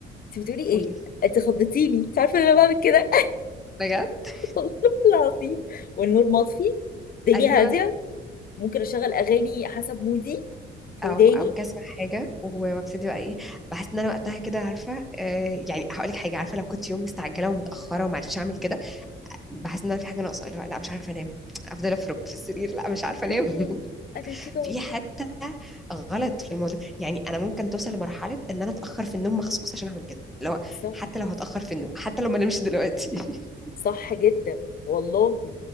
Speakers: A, on the left (about 45°); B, in the centre.
A: انت بتقولي ايه
B: قولي لي
A: انت خضتيني انت عارفه ان انا بعمل كده
B: بجد
A: <laughs> والله العظيم والنور مطفي الدنيا
B: ايوه
A: هاديه ممكن اشغل اغاني حسب مودي في
B: او
A: وداني
B: او ممكن اسمع حاجة و- وابتدي بقى ايه بحس ان انا وقتها كده عارفة آه يعني هقول لك حاجة عارفة لو كنت يوم مستعجلة ومتأخرة ومعرفتش اعمل كده بحس ان انا في حاجة ناقصة لا لا مش عارفة انام افضل افرك في السرير لا مش عارفة انام
A: ايوه
B: <laughs>
A: انا كده والله
B: في حتى غلط في الموضوع يعني انا ممكن توصل لمرحله ان انا اتاخر في النوم مخصوص عشان اعمل كده لو
A: صح
B: حتى لو هتاخر في النوم حتى لو ما نمش دلوقتي <laughs>
A: صح جدا والله